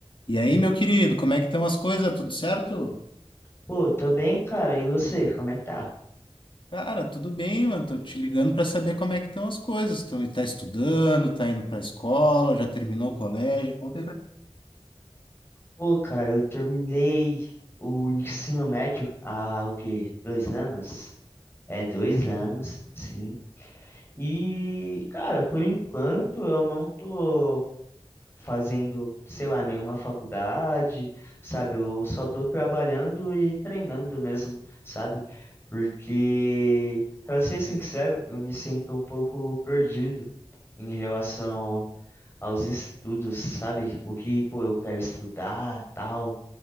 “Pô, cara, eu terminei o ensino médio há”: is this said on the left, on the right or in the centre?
Left